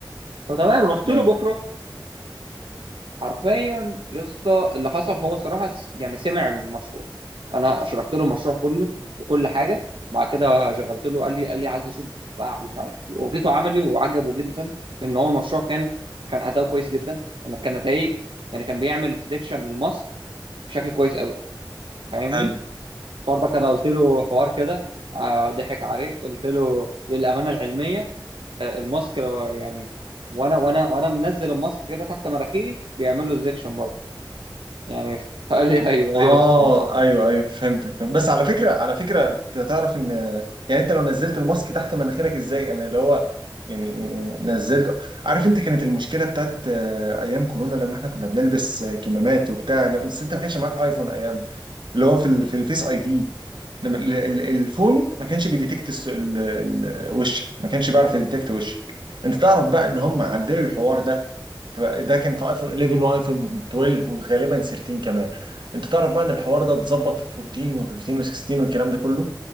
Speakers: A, on the right; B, on the right.
A: فتمام رحت
B: ماشي
A: له بكره حرفيا يا اسطى اللي حصل هو الصراحه س- يعني سمع المشروع انا شرحت له المشروع كله وكل حاجه بعد كده شغلت له قال لي قال لي عايز اشوف بقى مش عارف ايه وريته عملي وعجبه جدا ان هو المشروع كان كان اداؤه كويس جدا أنا كان نتائج يعني كان بيعمل ديتكشن للماسك بشكل كويس قوي فاهمني
B: حلو
A: برضك انا قلت له حوار كده آه، ضحك عليه قلت له للامانه العلميه آه، الماسك لو- يعني وانا وانا وانا منزل الماسك كده تحت مراخيري بيعمل له ديتكشن يعني <laughs> قال لي ايوه
B: اه
A: ايوه ماشي
B: ايوه ايوه فهمتك فهمت بس على فكره على فكره انت تعرف ان يعني انت لو نزلت الماسك تحت مناخيرك ازاي يعني اللي هو يعني يعني نزلت عارف انت كانت المشكله بتاعت آه، ايام كورونا لما احنا كنا بنلبس آه، كمامات وبتاع بس انت ما كانش معاك ايفون ايام اللي هو في ال- في الفيس اي دي لما ال- ال- الفون ما كانش بيديتكت الس- ال- ال- وشك ما كانش بيعرف يديتكت وشك انت تعرف بقى ان هم عدلوا الحوار ده فده كان في ايفون 11 وايفون 12 وغالبا 13 كمان انت تعرف بقى ان الحوار ده اتظبط في 14 و15 و16 والكلام ده كله